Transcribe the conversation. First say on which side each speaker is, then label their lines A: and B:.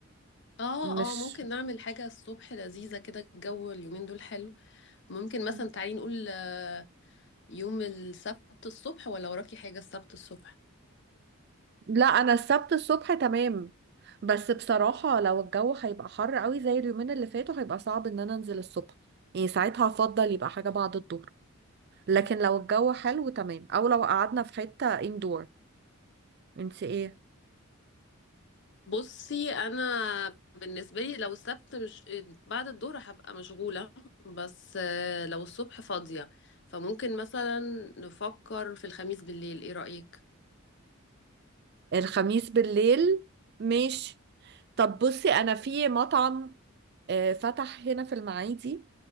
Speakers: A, on the left (about 55°); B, on the right (about 50°).
A: اه
B: مش
A: اه ممكن نعمل حاجة الصبح لذيذة كده الجو اليومين دول حلو ممكن
B: مم.
A: مثلا تعالي نقول آه، يوم السبت الصبح ولا وراكي حاجة السبت الصبح
B: لا انا السبت الصبح تمام بس بصراحة لو الجو هيبقى حر قوي زي اليومين اللي فاتوا هيبقى صعب ان انا انزل الصبح يعني ساعتها هفضل يبقى حاجة بعد الظهر لكن لو الجو حلو تمام او لو قعدنا في حتة اندور انت ايه
A: بصي انا بالنسبة لي لو السبت مش بعد الظهر هبقى مشغولة بس آه، لو الصبح فاضية فممكن مثلا نفكر في الخميس بالليل ايه رأيك
B: الخميس بالليل ماشي طب بصي انا في مطعم آه، فتح هنا في المعادي